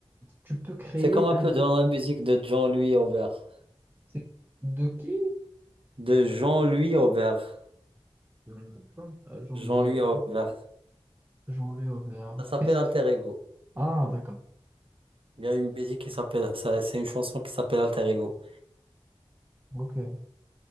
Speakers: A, on the right (about 20°); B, on the right (about 60°).
A: tu peux créer
B: C'est comme un
A: un.
B: peu dans la musique de Jean-Louis Aubert.
A: C'est de qui?
B: De Jean-Louis Aubert.
A: Euh, Jean-Louis
B: Jean-Louis
A: Aubert.
B: Aubert.
A: Jean-Louis Aubert.
B: Ça s'appelle
A: Qu'est-ce que-
B: alter ego.
A: Ah, d'accord.
B: Il y a une musique qui s'appelle ça, c'est une chanson qui s'appelle Alter Ego.
A: Ok.